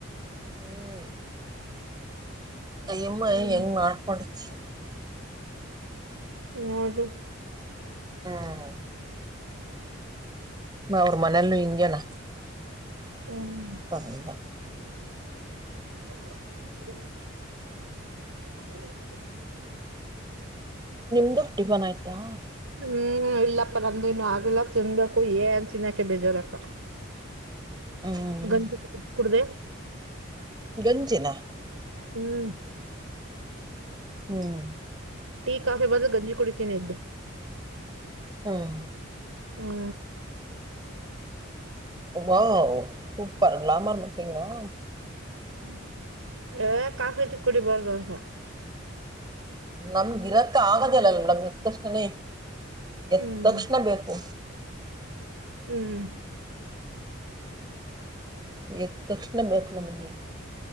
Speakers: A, on the right; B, on the right.
A: ಹ್ಮ್ ಅಯ್ಯಮ್ಮ
B: ಹ್ಮ್
A: ಹೆಂಗ್ ಮಾಡ್ಕೊಂಡತಿ
B: <unintelligible>
A: ಹ್ಮ ಅವ್ರ ಮನೇಲು ಹಿಂಗೇನಾ
B: ಹ್ಮ್
A: <unintelligible>
B: ಹೌದು ಹ <unintelligible> ಹೌ <unintelligible>
A: ನಿಮ್ದು ಟಿಫನ್ ಆಯ್ತಾ
B: ಹ್ಮ್ ಇಲ್ಲಪ್ಪ ನಂದನು ಆಗಿಲ್ಲ ತಿನ್ಬೇಕು ಏನ್ ತಿನ್ನಾಕೆ ಬೇಜಾರಕ್ಕ
A: ಹ್ಮ್
B: ಗಂಜಿ ಕುಡಿದೆ.
A: ಗಂಜಿನ.
B: ಹ್ಮ್
A: ಹ್ಮ್
B: ಟೀ ಕಾಫಿ ಬದಲು ಗಂಜಿ ಕುಡಿತೀನಿ ಎದ್ದು.
A: ಹ್ಮ್
B: ಹ್ಮ
A: ವಾವ್ ಸೂಪರ್ ಗ್ಲಾಮರ್ ಮಟೈನ್ ಆ
B: ಹ್ಮ ಏ ಕಾಫಿ ಟಿ ಕುಡಿಬಾರದು ಅಂತ
A: ನಮ್ಗ ಇರಕ್ಕ ಆಗದೇಯಿಲ್ಲ ಮೇಡಂ ಎದ್ದತಕ್ಷಣನೇ ಎತ್ತತಕ್ಷಣ
B: ಹ್ಮ್
A: ಬೇಕು
B: ಹ್ಮ್
A: ಎದ್ದ ತಕ್ಷಣ ಬೇಕು ನಮಗೆ